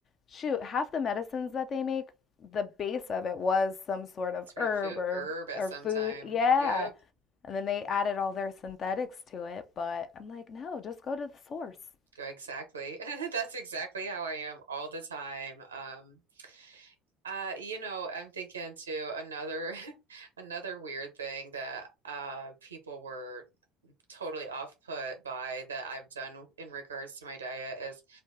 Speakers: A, on the left; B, on the right.
A: Shoot, half the medicines that they make, the base of it was some sort of
B: Sort
A: herb
B: of food
A: or
B: herb at
A: or
B: some
A: food.
B: time.
A: Yeah.
B: Yep.
A: And then they added all their synthetics to it, but I'm like, no, just go to the source.
B: Go exactly. <laughs> That's exactly how I am all the time. Um, uh, you know, I'm thinking too another <laughs> another weird thing that uh people were totally off put by that I've done in regards to my diet is